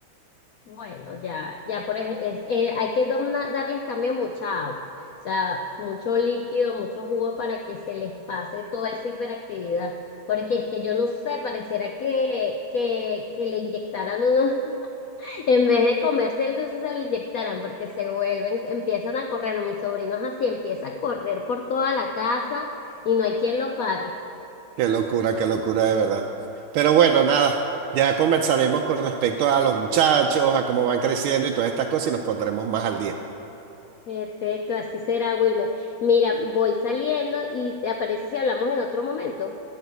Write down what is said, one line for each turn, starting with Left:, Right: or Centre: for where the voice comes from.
Left: Bueno, ya, ya por ej- es- eh, hay que domna- darles también mucha agua, o sea, mucho líquido, mucho jugo para que se les pase toda esa hiperactividad, porque es que yo no sé, pareciera que, que, que le inyectaran uno, <laughs> en vez de comerse el dulce, se lo inyectaran, porque se vuelven, empiezan a correr, no, mi sobrino es así, empieza a correr por toda la casa y no hay quien lo pare.
Right: Qué locura, qué locura de verdad. Pero bueno, nada, ya conversaremos con respecto a los muchachos, a cómo van creciendo y todas estas cosas y nos pondremos más al día.
Left: Perfecto, así será, Wilmer. Mira, voy saliendo y te aparece si hablamos en otro momento.